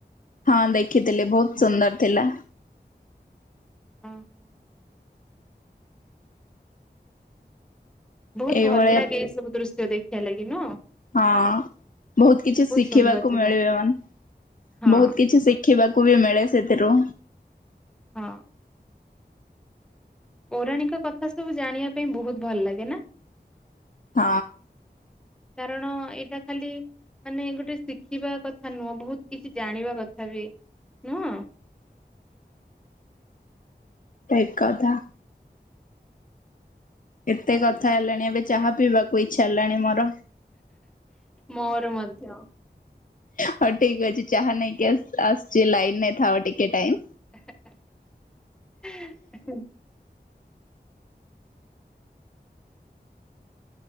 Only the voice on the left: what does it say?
ହଁ ଦେଖିଥିଲେ ବହୁତ ସୁନ୍ଦର ଥିଲା।
ଏଇଭଳିଆ
ହଁ ବହୁତ କିଛି ଶିଖିବାକୁ
ମିଳିବ ମାନ
ବହୁତ କିଛି ଶିଖିବାକୁ ବି ମିଳେ ସେଥିରୁ।
ହଁ।
ଠିକ୍ କଥା। ଏତେ କଥା ହେଲାଣି ଏବେ ଚାହା ପିଇବାକୁ ଇଚ୍ଛା ହେଲାଣି। ମୋର
ହଁ ଠିକ ଅଛି ଚାହା ନେଇାଇଁକି ଆସୁଛି ଲାଇନ ନେ ଥାଅ ଟିକେ ଟାଇମ।